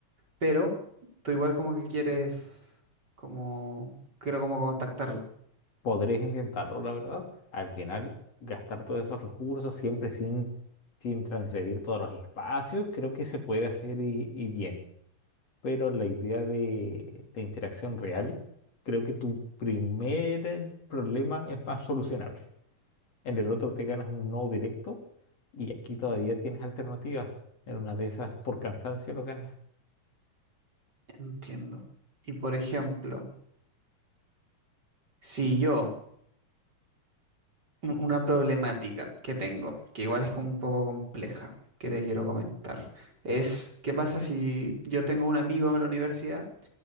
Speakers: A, on the right (about 30°); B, on the left (about 50°).
A: pero tú igual como que quieres, como, quiero como contactarla.
B: podrías intentarlo, la verdad. Al final, gastar todos esos recursos siempre sin, sin transgredir todos los espacios, creo que se puede hacer y, y bien. Pero la idea de, de interacción real, creo que tu primer problema es más solucionable. En el otro te ganas un no directo y aquí todavía tienes alternativas. En una de esas, por cansancio lo ganas.
A: Entiendo. Y por ejemplo, si yo, un- una problemática que tengo, que igual es como un poco compleja, que te quiero comentar, es, ¿qué pasa si yo tengo un amigo en la universidad